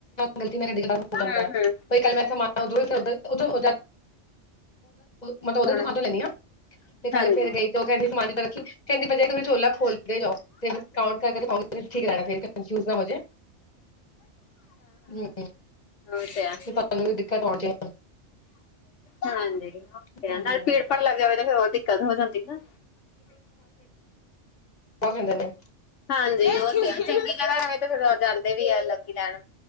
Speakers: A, on the left (about 35°); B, on the left (about 75°).
A: ਗਲਤੀ ਨਾਲ ਹੋ
B: ਹੂੰ
A: ਜਾਂਦਾ
B: ਹੂੰ
A: ਬਈ ਕੱਲ ਮੈਂ ਜੋ ਸਮਾਨ ਉਧਰੋਂ ਉਧਰੋਂ ਮਤਲਬ ਉਦੀ
B: ਸੋਹਣਾ
A: ਦੁਕਾਨ ਤੋਂ ਲੈਂਦੀ ਆ ਤੇ ਕੱਲ
B: ਹਾਂਜੀ
A: ਫ਼ੇਰ ਗਈ ਤੇ ਉ ਕੈਂਦੀ ਸਮਾਨ ਤੇ ਰੱਖੀ ਕੈਂਦੀ ਪਰਜਾਈ ਤੁਸੀਂ ਛੋਲਾ ਖੋਲਦੇ ਜਾਓ ਤੇ ਕਾੳਂਟ ਕਰਕੇ ਦਿਖਾੳ ਠੀਕ ਰੈਨਾ ਚਾਈਦੈ, ਕੰਫਯੂਜ਼ ਨਾ ਹੋਜੇ। ਹੂੰ
B: ੳ ਤੇ ਐ।
A: ਤੇ ਸਾਨੂੰ ਵੀ ਦਿੱਕਤ ਆਉਂਦੀ ਐ
B: ਹਾਂਜੀ।
A: ਹੂੰ-ਹੂੰ-ਹੂੰ-ਹੂੰ
B: ਤੇ ਨਾਲੇ ਭੀੜ ਭਾੜ ਲੱਗ ਜਾਵੇ ਤੇ ਫੇਰ ਹੋਹ ਦਿੱਕਤ ਹੋ ਜਾਂਦੀ ਐ ਨਾ
A: ਕੋਨ ਕੈਂਦੇ ਨੇ
B: ਹਾਂਜੀ ਉ ਚੰਗੀ ਜਗਾ ਹੋਵੇ ਤੇ ਜਾਂਦੇ ਵੀ ਆ ਲੋਕੀ ਲੈਣ